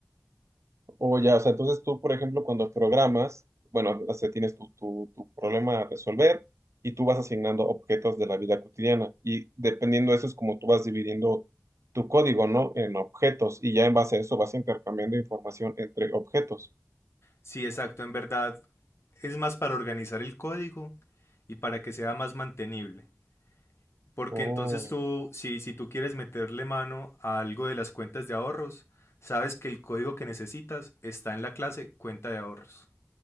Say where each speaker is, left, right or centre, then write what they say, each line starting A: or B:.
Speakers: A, on the right; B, on the left.
A: O ya, o sea, entonces tú, por ejemplo, cuando programas, bueno, o sea, tienes tu, tu, tu problema a resolver y tú vas asignando objetos de la vida cotidiana y dependiendo de eso es como tú vas dividiendo tu código, ¿no? En objetos y ya en base a eso vas intercambiando información entre objetos.
B: Sí, exacto, en verdad es más para organizar el código y para que sea más mantenible. Porque
A: Oh,
B: entonces tú, si, si tú quieres meterle mano a algo de las cuentas de ahorros, sabes que el código que necesitas está en la clase cuenta de ahorros.